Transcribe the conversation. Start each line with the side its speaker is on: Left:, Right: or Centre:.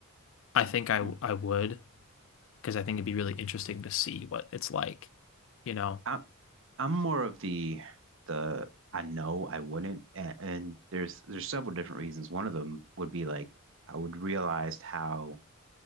Left: I think I
Right: Mm.
Left: I would because I think it'd be really interesting to see what it's like, you know.
Right: I'm I'm more of the the I know I wouldn't and, and there's there's several different reasons. One of them would be like I would realize how